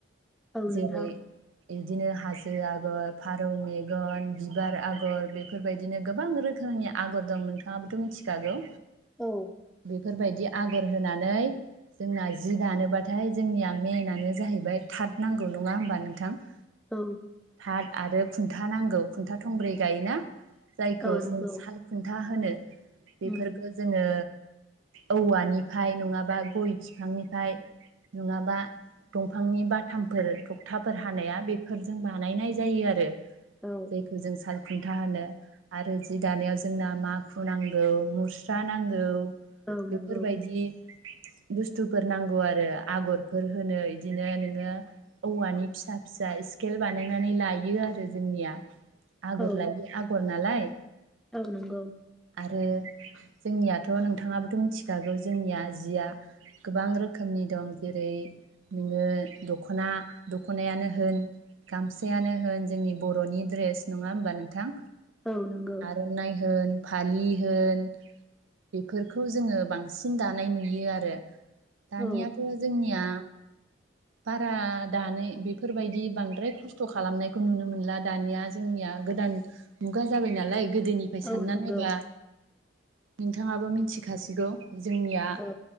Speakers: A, in the centre; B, on the right.
A: औ नोंथां
B: जेरै बिदिनो हाजो आगर फारौ मेगन, बिबार आगर बेफोरबायदिनो गोबां रोखोमनि आगर दं नोंथाङाबोथ' मिथिखागौ।
A: औ।
B: बेफोरबायदि आगर होनानै जोंना जि दानोबाथाय जोंनिया मेइनानो जाहैबाय थाट नांगौ नङा होमबा नोंथां?
A: औ।
B: टाद आरो खुन्था नांगौ खुन्था थंब्रै गायोना जायखौ
A: औ नंगौ
B: जों साल खुन्था होनो बेफोरखौ
A: उम
B: जोङो औवानिफ्राय नङाबा गय बिफांनिफ्राय नङाबा दंफांनि बाथामफोर थखथाफोर हानाया बेफोरजों बानाय जायो आरो
A: औ
B: जायखौ जों साल खुन्था होनो आरो जि दानायाव जोंना माखु नांगौ मुस्रा नांगौ।
A: औ
B: बेफोरबायदि
A: नंगौ
B: बुस्थुफोर नांगौ आरो आगर फोर होनो इदिनो नोङो औवानि फिसा फिसा इस्केल बानायना लायो आरो जोंनिया आगर
A: औ
B: लायै आगर नालाय
A: औ नंगौ।
B: आरो जोंनियाथ' नोंथाङाबोथ' मिथिखागौ जोंनिया जिया गोबां रोखोमनि दं। जेरै नोङो दख'ना दख'नायानो होन गामसा मसायानो होन जोंनि बर'नि ड्रेस नङा होमबा नोंथां?
A: औ नंगौ
B: आर'नाय होन फालि होन बेफोरखौ जोङो बांसिन दानाय नुयो आरो। दानियाथ'
A: औ
B: जोंनिया बारा दानै बेफोरबायदि बांद्राय खस्थ स्थ खालामनायखौ नुनो मोनला दानिया जोंनिया गोदान मुगा जाबाय नालाय गोदोनिफ्राय
A: औ
B: सानना
A: नंगौ
B: नायबा नोंथाङाबो मिथिखासिगौ जोंनिया
A: औ